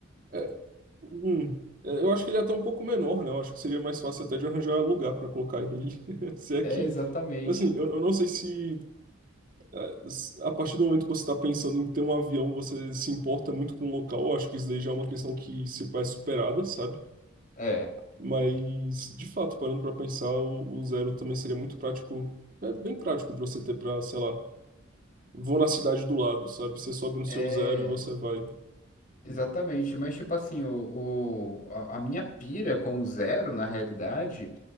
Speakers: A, on the right; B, on the left.
A: É, um. É, eu acho que ele é até um pouco menor, né? Eu acho que seria mais fácil até de arranjar lugar para colocar ele. <laughs> Se é
B: é
A: que.
B: exatamente.
A: Assim, eu, eu não sei se eh, s- a partir do momento que você está pensando em ter um avião, você se importa muito com o local. Eu acho que isso daí já é uma questão que se faz superada, sabe?
B: É,
A: Mas, de fato, parando para pensar, o, o zero também seria muito prático. É bem prático de você ter para, sei lá, Vou na cidade do lado, sabe? Você sobe no
B: é.
A: seu zero e você vai.
B: Exatamente, mas tipo assim, o, o- a a minha pira com o zero, na realidade,